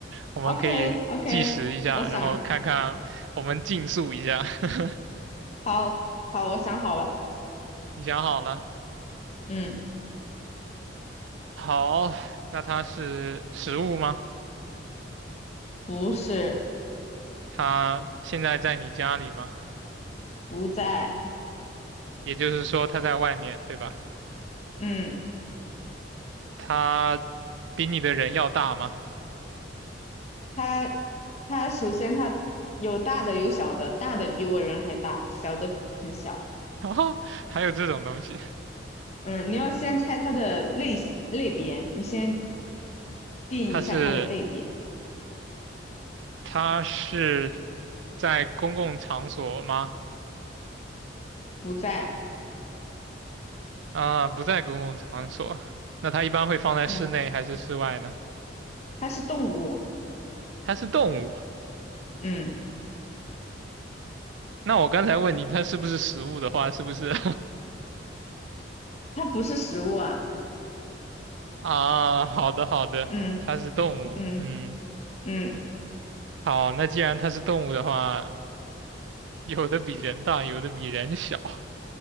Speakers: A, on the right (about 75°); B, on the left (about 35°).
A: 我们可以计时一下，
B: ，OK OK，我想，
A: 然后看看我们竞速一下。<laughs>
B: 好好，我想好了，
A: 你想好了？
B: 嗯，
A: 好，那它是食物吗？
B: 不是，
A: 它现在在你家里吗？
B: 不在，
A: 也就是说，它在外面，对吧？
B: 嗯，
A: 它比你的人要大吗？
B: 他他首先他有大的有小的，大的比我人还大，小的很小，
A: <laughs> 哦，还有这种东西？
B: 嗯，你要先猜它的类型类别，你先定一下它的类别，
A: 它是它是在公共场所吗？
B: 不在，
A: 啊，不在公共场所。那它一般会放在室内还是室外呢？
B: 嗯，它是动物，
A: 它是动物。
B: 嗯，
A: 那我刚才问你，它是不是食物的话，是不是？
B: 它不是食物啊，
A: <laughs> 啊，好的好的，
B: 嗯
A: 它是动物。
B: 嗯
A: 嗯。
B: 嗯
A: 好，那既然它是动物的话，有的比人大，有的比人小。